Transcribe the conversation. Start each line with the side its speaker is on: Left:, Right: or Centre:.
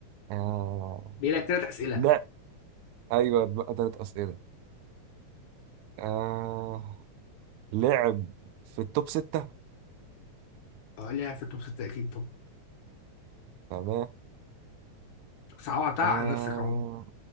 Right: آه
Left: بيجي لك ثلاث اسئله
Right: لا ايوه بقى تلات اسئله آه لعب في التوب ستة
Left: اه لعب في التوب 6 اكيد طبعا
Right: تمام
Left: صعبتها
Right: آه
Left: على نفسك اهو